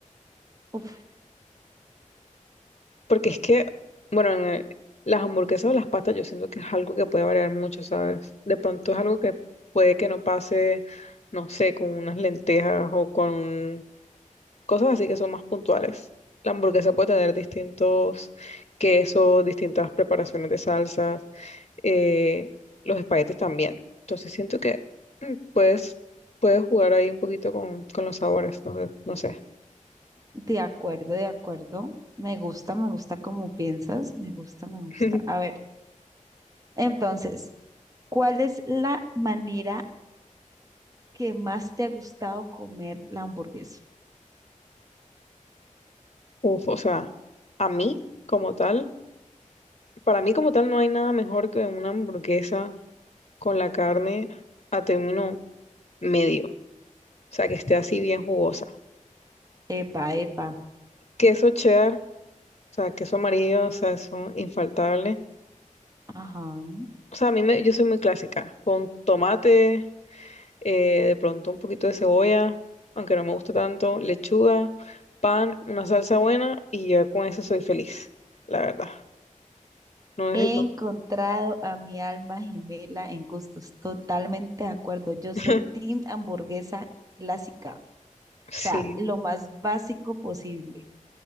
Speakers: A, on the right; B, on the left.
A: Uf,
B: Porque es que, bueno, en el- las hamburguesas o las pastas yo siento que es algo que puede variar mucho, ¿sabes? De pronto es algo que puede que no pase, no sé, con unas lentejas o con cosas así que son más puntuales. La hamburguesa puede tener distintos quesos, distintas preparaciones de salsas, eh, los espaguetis también. Entonces siento que mm, puedes, puedes jugar ahí un poquito con, con los sabores, no, sé- no sé.
A: de acuerdo, de acuerdo. Me gusta, me gusta como piensas, me gusta, me gusta.
B: <laughs>
A: A ver, entonces, ¿cuál es la manera que más te ha gustado comer la hamburguesa?
B: Uf, o sea, a mí como tal, para mí como tal no hay nada mejor que una hamburguesa con la carne a término medio, o sea, que esté así bien jugosa.
A: Epa, epa.
B: Queso cheddar, o sea, queso amarillo, o sea, eso infaltable.
A: Ajá.
B: O sea, a mí me, yo soy muy clásica, con tomate, eh, de pronto un poquito de cebolla, aunque no me gusta tanto, lechuga, pan, una salsa buena y yo con eso soy feliz, la verdad. No necesito.
A: He encontrado a mi alma gemela en gustos. Totalmente de acuerdo. Yo
B: <laughs>
A: soy team hamburguesa clásica. O
B: Sí,
A: sea, lo más básico posible.